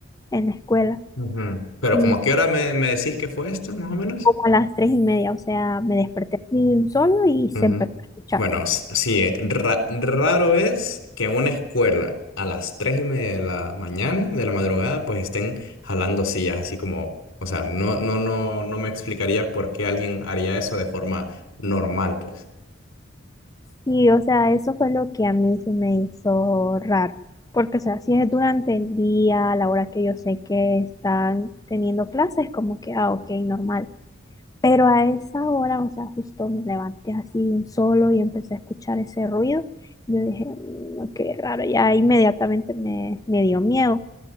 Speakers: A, on the left (about 20°); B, on the left (about 80°).
A: en la escuela.
B: ujú. Pero
A: Y
B: como a qué hora me, me decís que fue esto, más o menos?
A: como a las tres y media, o sea, me desperté así de un solo y se
B: Ujú.
A: empezó a escuchar.
B: Bueno, s- sí, eh, ra- raro es que en una escuela a las tres y media de la mañana, de la madrugada, pues estén jalando sillas, así como, o sea, no, no, no, no me explicaría por qué alguien haría eso de forma normal, pues.
A: Y, o sea, eso fue lo que a mí se me hizo raro. Porque, o sea, si es durante el día, a la hora que yo sé que están teniendo clases, como que, ah, ok, normal. Pero a esa hora, o sea, justo me levanté así de un solo y empecé a escuchar ese ruido. Yo dije, "Mm, qué raro, ya inmediatamente me, me dio miedo.